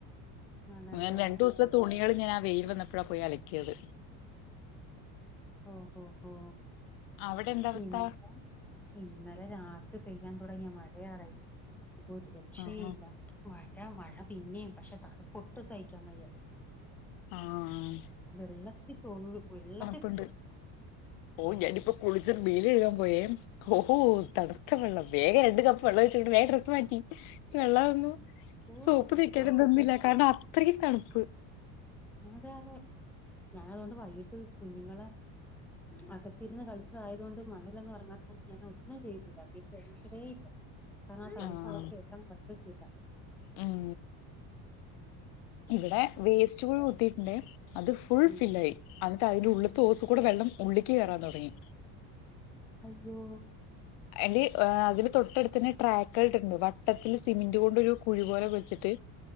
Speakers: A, in the centre; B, on the left.
A: ആണല്ലേ
B: അങ്ങനെന്ന് രണ്ടുസ്ത്തെ തുണികള് ഞാൻ ആ വെയില് വന്നപ്പഴാ പോയി അലക്കിയത്
A: ഒഹോ ഹോ ഹോ
B: അവിടെ എന്താ അവസ്ഥ
A: ഇവിടെ ഇന്നലെ രാത്രി പെയ്യാൻ തുടങ്ങിയ മഴയാടാ ഒരു രക്ഷേഇല്ല
B: ആഹ്
A: മഴ മഴ പിന്നേം പക്ഷെ തണുപ്പ് ഒട്ടും സഹിക്കാൻ വയ്യ
B: ആഹ്
A: വെള്ളത്തി തൊഴു വെള്ള
B: പ്ണ്ട് ഓ ഞാനിപ്പോ കുളിച്ച് മേല് കഴുകാൻ പോയേ ഓഹോ തണുത്ത വെള്ളം വേഗം രണ്ട് കപ്പ് വെള്ളം ഒഴിച്ചകാണ്ട് വേം ഡ്രസ്സ് മാറ്റി വെള്ളംന്നും
A: ഓ
B: സോപ്പ്
A: വല്ലാത്തൊരു
B: തേക്കാനൊന്നും നിന്നില്ല കാരണം അത്രക്കും തണുപ്പ്
A: അതെ അതെ ഞാൻ അതുകൊണ്ട് വൈകിട്ട് കുഞ്ഞുങ്ങളെ അകത്തിരുന്ന് കളിച്ച ആയത് കൊണ്ട് മണ്ണിലൊന്നും ഇറങ്ങാത്തോണ്ട് ഞാൻ ഒന്നും ചെയ്തില്ല <unintelligible> കാരണം ആ തണുപ്പ്
B: ആഹ്
A: അവർക്ക് ഏൽക്കാൻ പറ്റത്തില്ല
B: ഉം ഇവിടെ വേസ്റ്റ് കുഴി കുത്തിയിട്ടുണ്ട് അത് ഫുൾ
A: ഉം
B: ഫില്ലായി അന്നിട്ട് അതിന്റെ ഉള്ള്ത്തെ ഓസ് കൂടെ വെള്ളം ഉള്ളിക്ക് കേറാൻ തുടങ്ങി
A: അയ്യോ
B: അയ്ന്റെ അതില് തൊട്ടടുത്തന്നെ ട്രാക്കായിട്ടുണ്ട് വട്ടത്തിത്തില് സിമെന്റ് കൊണ്ട് ഒരു കുഴി പോലെ വെച്ചിട്ട്